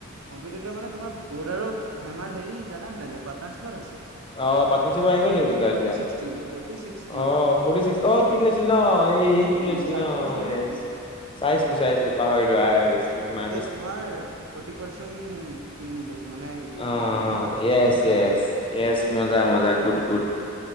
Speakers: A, on the right; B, on the left.
A: কম্পিটিটৰ মানে, তোমাৰ বৰ্ড আৰু হেমাৰ হেৰি জানা নে নাই পাৰ্টনাৰশ্বিপত আছে।
B: অ', পাৰনাৰশ্বিপ আহি গ'ল নেকি দুটা
A: ফৰ্টি
B: এতিয়া,
A: ছিক্সটি, ফৰ্টি ছিক্সটি,
B: অ', ফৰ্টিচিক্চ
A: ফৰ্টি
B: অ' কিনি লছিল ন, এই
A: উম
B: সি কিনি লছিল
A: চাৰ্ক
B: ন,
A: টেংক চোৱা নাই
B: ইয়েছ।
A: তুমি?
B: চাইছিলোঁ, চাইছিলোঁ পাহৰিলোঁ, অ'
A: তুমাৰ ফটি পাৰ্চেন্ কিন লৈছে মানে হেৰি
B: অ', অ',
A: ইকুইটি
B: ইএছ
A: কিনিছে আৰু।
B: ইএছ, ইএছ, মজা, মজা, গুড, গুড।